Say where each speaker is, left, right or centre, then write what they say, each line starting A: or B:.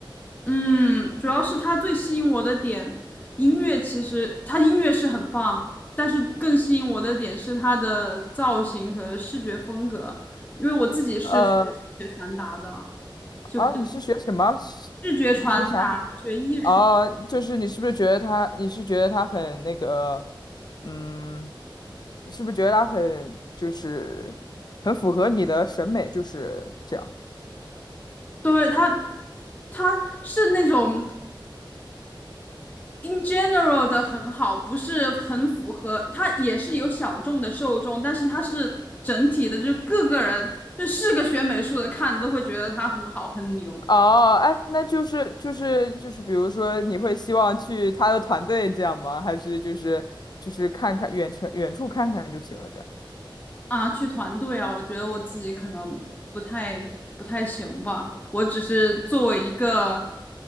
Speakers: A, on the left; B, on the left.
A: 嗯，主要是他最吸引我的点，音乐其实他音乐是很棒，但是更吸引我的点是他的造型和视觉风格，因为我自己是学视觉传达的，
B: 呃，
A: 就比较
B: 啊，你是学什么？是你是学啥？
A: 视觉传达，学艺术。
B: 哦、就是你是不是觉得他？你是觉得他很那个？嗯，你是不是觉得他很就是很符合你的审美？就是这样。
A: 对，他，他是那种。in general 的很好，不是很符合，它也是有小众的受众，但是它是整体的，就是各个人，就是个学美术的看着都会觉得它很好很牛
B: 哦，哎，那就是就是就是，比如说，你会希望去他的团队这样吗？还是就是就是看看远程远处看看就行了这样？
A: 啊。去团队啊，我觉得我自己可能不太不太行吧，我只是作为一个